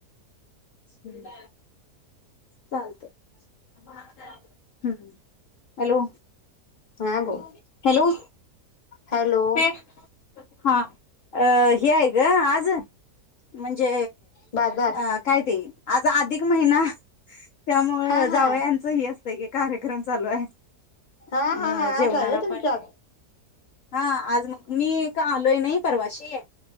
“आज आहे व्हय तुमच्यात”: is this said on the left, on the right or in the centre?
Left